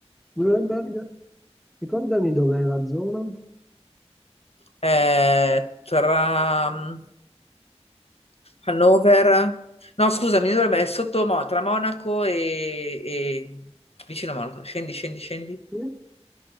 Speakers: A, in the centre; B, on the left (about 65°).
A: Nuremberg, ricordami dov'è la zona?
B: È tra mm, Hannover, no, scusami, dovrebbe essere sotto Mo- tra Monaco e, e- vicino a Monaco. Scendi, scendi, scendi.
A: Eh?